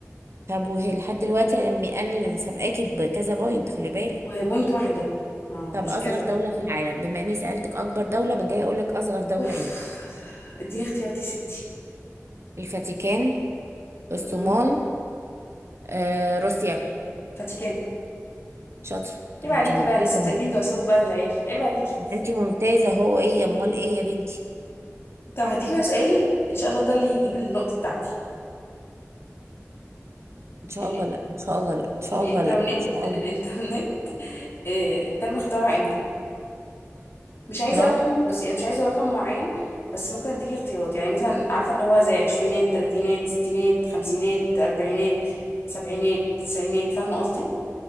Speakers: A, on the right; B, on the left.
A: طب وهي لحد دلوقتي أنا اللي أنا اللي سابقاكي بكذا بوينت خلي بالك
B: وهي بوينت واحدة اه
A: طب
B: مش
A: أصغر
B: كذا
A: دولة في العالم بما إني سألتك أكبر دولة بجاي أقول لك أصغر دولة
B: اوف
A: إيه؟
B: اديني اختياراتي يا ستي
A: الفاتيكان الصومال
B: مم.
A: آه، روسيا
B: فاتيكان
A: شاطر طب
B: عيب عليكي
A: ما انت ممتازة
B: بقى لسه مذاكرين
A: اهو
B: دراسات بقى للعيال عيب عليكي
A: ما انت ممتازة اهو ايه امال ايه يا بنتي
B: طب هديكي بقى سؤال ان شاء الله ده اللي يجيب النقطة بتاعتي
A: ان شاء
B: ال...
A: الله لا ان شاء الله لا ان شاء
B: الانترنت
A: الله لا ان شاء
B: الانترنت
A: الله
B: آه... تم اختراعه امتى مش عايزة
A: بسرعة
B: رقم بس انا مش عايزة رقم معين بس ممكن اديكي اختيارات يعني مثلا عارفة اللي هو زي عشرينات تلاتينات ستينات خمسينات اربعينات سبعينات تسعينات فاهمة قصدي